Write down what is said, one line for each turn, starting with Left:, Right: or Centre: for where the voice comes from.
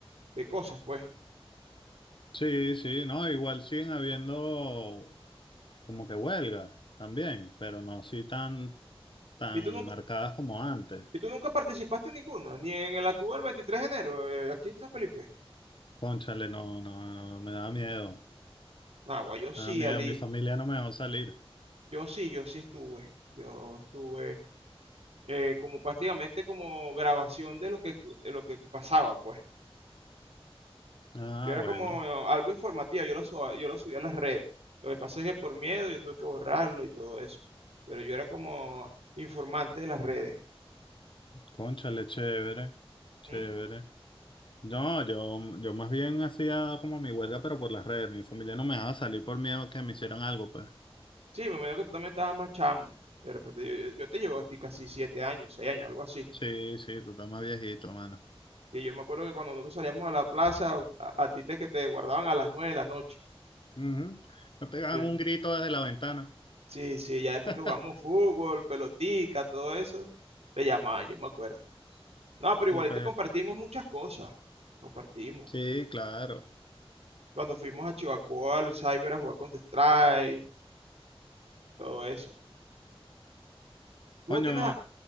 Right: de cosas, pues.
Left: Sí, sí, no, igual siguen habiendo como que huelgas también, pero no así tan, tan
Right: ¿Y tú nunca,
Left: marcadas como antes.
Right: y tú nunca participaste en ninguna? Ni en el actual 23 de enero, eh, aquí en San Felipe.
Left: Cónchale, no, no, no, no, me da miedo.
Right: Nah, guay, yo sí,
Left: Me da miedo,
Right: Ali.
Left: mi familia no me dejó salir.
Right: Yo sí, yo sí estuve. Yo estuve eh, como prácticamente como grabación de lo que, de lo que pasaba, pues.
Left: Ah,
Right: Yo era
Left: bueno.
Right: como algo informativo, yo lo, suba- yo lo subía a las redes. Lo que pasa es que por miedo yo tuve que borrarlo y todo eso. Pero yo era como informante de las redes.
Left: Cónchale, chévere, chévere.
Right: ¿Mm?
Left: No, yo, yo más bien hacía como mi huelga, pero por las redes. Mi familia no me dejaba salir por miedo a que me hicieran algo, pues.
Right: Sí, me imagino que tú también estabas más chamo. De repente yo, yo- te llevo a ti casi siete años, seis años, algo así.
Left: Sí, sí, tú estás más viejito, mano.
Right: Y yo me acuerdo que cuando nosotros salíamos a la plaza, a, a ti te, que te guardaban a las nueve de la noche.
Left: Ujú. Me pegaban
Right: Sí.
Left: un grito desde la ventana.
Right: Sí, sí, ya después
Left: <laughs>
Right: que jugamos fútbol, pelotica, todo eso, te llamaban, yo me acuerdo. No, pero igualito
Left: Me pe-
Right: compartimos muchas cosas. Compartimos.
Left: Sí, claro.
Right: Cuando fuimos a Chihuahua, al Cyber a jugar Counter-Strike, todo eso. ¿Tú
Left: Coño,
Right: no tienes, a-